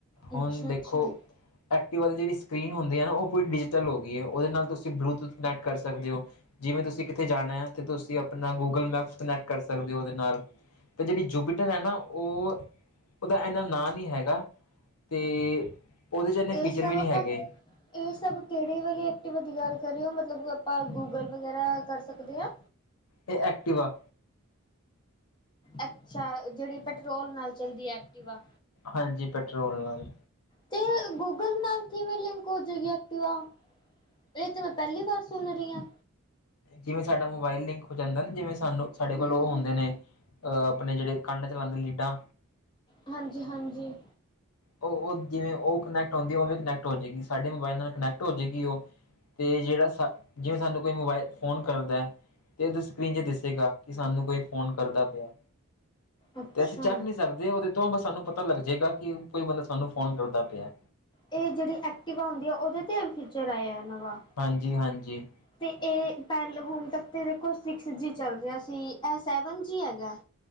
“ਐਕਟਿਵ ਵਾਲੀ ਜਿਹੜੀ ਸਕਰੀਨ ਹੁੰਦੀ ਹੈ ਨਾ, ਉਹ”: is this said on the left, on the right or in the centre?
Left